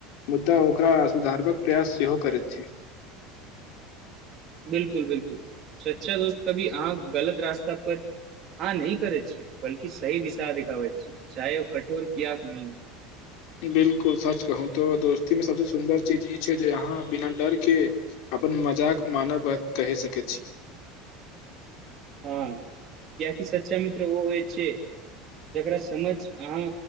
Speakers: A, on the left; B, on the right.
A: मुद्दा ओकरा सुधारबाक प्रयास सेहो करैत छै
B: <inaudible> बिलकुल बिलकुल सच्चा दोस्त कभी अहाँ गलत रास्ता पर आ नइ करै छै बल्कि सही दिशा दिखावे छै चाहे ओ कठोर कियाक नहि
A: बिलकुल सच कहू तो दोस्तीमे सबसँ सुन्दर चीज ई छै जे यहाँ बिना डर के अपन मजाक मानव कहि सकैत छी
B: हँ क्यकि सच्चा मित्र ओ होइ छै जकरा समझ अहाँ